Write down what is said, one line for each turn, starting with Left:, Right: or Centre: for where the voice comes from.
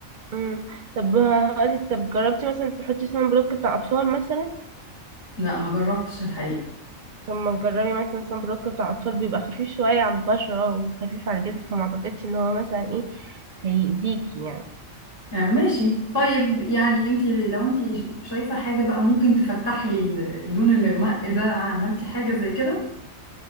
Right: مم. طب هقولك طب جربتي مثلا تحطي صن بلوك بتاع اطفال مثلا
Left: لا ما جربتش الحقيقه
Right: طب ما تجربي مثلا صن بلوك بتاع اطفال بيبقى خفيف شويه على البشره وخفيف على الجلد فما اعتقدش ان هو مثلا ايه هيأذيكي يعني
Left: آه ماشي طيب يعني انت لو انت شايفه حاجه بقى ممكن تفتح لي ال- اللون الاغماء ده عملتي حاجه زي كده